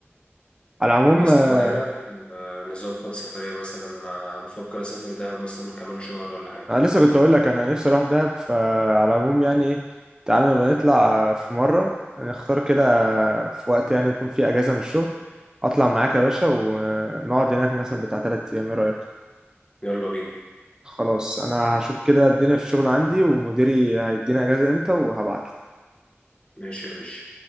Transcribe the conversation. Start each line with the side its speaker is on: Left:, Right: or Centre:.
Right: على العموم
Left: خلاص
Right: آه،
Left: طب إيه رأيك آه، نظبط سفرية مثلا أنا بفكر أسافر دهب أصلا كمان شهر ولا حاجة
Right: انا لسه كنت اقول لك انا نفسي اروح دهب فعلى العموم يعني ايه تعالى نبقى نطلع في مره نختار كده في وقت يعني يكون فيه اجازه من الشغل اطلع معاك يا باشا ونقعد هناك مثلا بتاع تلات ايام ايه رايك
Left: يلا بينا
Right: خلاص انا هشوف كده الدنيا في الشغل عندي ومديري هيدينا اجازه امتى وهبعت
Left: ماشي يا باشا